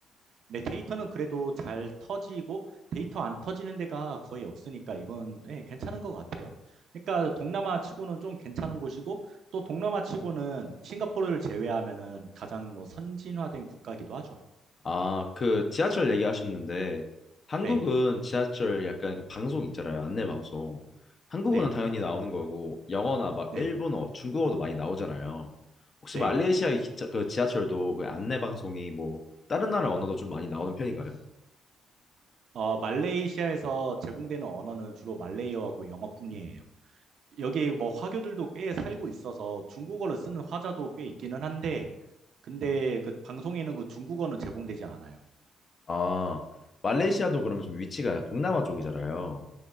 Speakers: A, on the right; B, on the left.
A: 네, 데이터는 그래도 잘 터지고 데이터 안 터지는 데가 거의 없으니까 이건 예, 괜찮은 것 같아요. 그러니까 동남아 치고는 좀 괜찮은 곳이고 또 동남아 치고는 싱가포르를 제외하면은 가장 뭐 선진화된 국가기도 하죠.
B: 아, 그 지하철 얘기하셨는데 한국은
A: 네,
B: 지하철 약간 그 방송 있잖아요. 안내 방송. 한국어는
A: 네,
B: 당연히 나오는 거고 영어나 막
A: 네,
B: 일본어, 중국어도 많이 나오잖아요. 혹시
A: 네.
B: 말레이시아 의 기차, 그 지하철도 그 안내 방송이 뭐 다른 나라 언어도 좀 많이 나오는 편인가요?
A: 어, 말레이시아에서 제공되는 언어는 주로 말레이어하고 영어뿐이에요. 여기 뭐 화교들도 꽤 살고 있어서 중국어를 쓰는 화자도 꽤 있기는 한데 근데 그 방송에는 그 중국어는 제공되지 않아요.
B: 아, 말레이시아도 그러면 좀 위치가 동남아 쪽이잖아요.